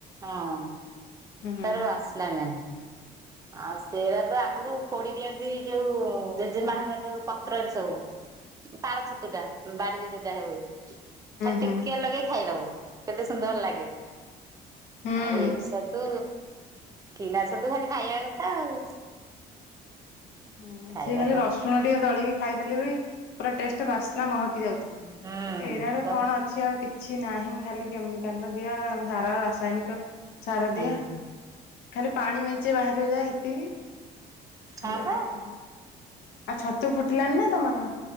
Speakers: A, on the right; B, on the left.
A: ହଁ ।
B: ହୁଁ ହୁଁ
A: ତାର ବାସ୍ନା ନାହିଁ। ଆଉ ସେରା ତ ଆଗରୁ ପୋଡି ଦିଅନ୍ତି, ଯୋଉ ଜେଜେମା ହିରିକା ଯୋଉ ପତ୍ରରେ ସବୁ। ପାଳ ଛତୁ ଟା ବାଡିରେ ଯୋଉଟା ହୁଏ। ଖାଲି
B: ହୁଁ
A: ଟିକେ
B: ହୁଁ।
A: ଲଗେଇ ଖାଇଦବ, କେତେ ସୁନ୍ଦର ଲାଗେ।
B: ହୁଁ
A: ଆଉ ଏ ଛତୁ କିଣା ଛତୁ ଖାଲି ଖାଇବା କଥା ଆଉ।
B: ହୁଁ,
A: ଖାଇବା
B: ସିଏ ଖାଲି
A: କଥା
B: ରସୁଣ ଟିକେ ଦଳିକି ଖାଇଦେଲେ ବି, ପୁରା ଟେଷ୍ଟ, ବାସ୍ନା ମହକି ଯାଉଥିବ,
A: ହୁଁ
B: ଏରାର କଣ ଅଛି ଆଉ କିଛି ନାହିଁ ଖାଲି କେମିକାଲ ଦିଆ, ସାର ରାସାୟନିକ ସାରଦିଆ,
A: ହୁଁ
B: ଖାଲି ପାଣି ମେଞ୍ଚେ ବାହାରିବା ଯାହା ହେତିକି। ଖାଇବା
A: ହ ବା।
B: କଥା। ଆଉ ଛତୁ ଫୁଟିଲାନି ନା ତମର?